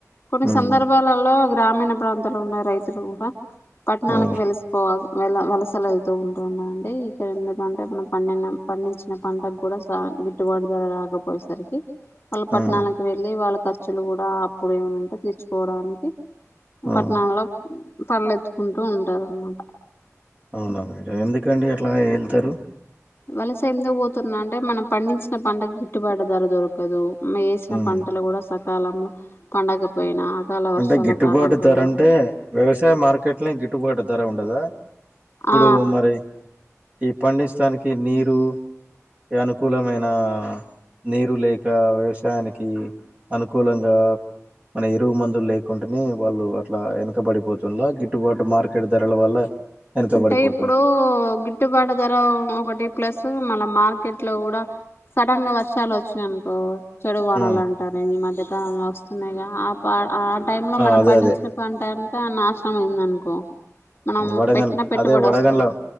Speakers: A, on the left (about 45°); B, on the right (about 25°).
A: కొన్ని
B: ఉమ్
A: సందర్భాలలో గ్రామీణ ప్రాంతాలు ఉన్న రైతులు కూడా పట్టణాలకు
B: ఉమ్
A: వెలిసిపోవాలి వెల వలసలు వెళ్తూ ఉంటున్నా అండి ఇక్కడ ఎందుకంటే మనం పండిన పండించిన పంటకు కూడా సా గిట్టుబాటు ధర రాకపోయేసరికి అ పట్టణాలకు
B: ఉమ్
A: వెళ్ళి వాళ్ళ ఖర్చులు కూడా అప్పుడు ఏమంటే తీర్చుకోవడానికి
B: ఉమ్
A: పట్టణంలో పళ్ళెత్తుకుంటూ ఉంటారన్నమాట
B: అవునా మేడం ఎందుకండి అట్లా వెళ్తారు
A: వలస ఎంతోో పోతున్నా అంటే మనం పండించిన పంటగ గిట్టుబాటు ధర దొరకదు వేసిన
B: ఉమ్
A: పంటలు కూడా సకాలంలో పండకపోయినా అకాల వర్షాల
B: అంటే గిట్టుబాటు
A: కారణంగా
B: ధర
A: కూడా
B: అంటే వ్యవసాయ మార్కెట్లో గిట్టుబాటు ధర ఉండదా ఇప్పుడు
A: ఆ
B: మరి ఈ పండించానికి నీరు అనుకూలమైన నీరు లేక వ్యవసాయానికి అనుకూలంగా మన ఇరువు మంది లేకుంటడానే వాళ్ళు అట్లా వెనకబడిపోతులా గిట్టుబాటు మార్కెట్ ధరల వల్ల వెనకబడిపోతుంది
A: అంటే ఇప్పుడు గిడ్డుబాట ధర ఒకటి ప్లస్ మళ్ళ మార్కెట్ లో కూడా సడన్ గా వర్షాలు వచ్చినాయి అనుకో చెడు వాణలు
B: ఉమ్
A: అంటారం ఈ మధ్యకాలంలో వస్తున్నాయిగా ఆ పా ఆ టై లో మనం
B: అదే
A: పండించిన
B: అదే
A: పంట అంటే నాశనం అయింది అనుకో మనం
B: వడగన్
A: పెట్టిన పెట్టుబడి
B: అదే వడగన్ల
A: వస్తుంది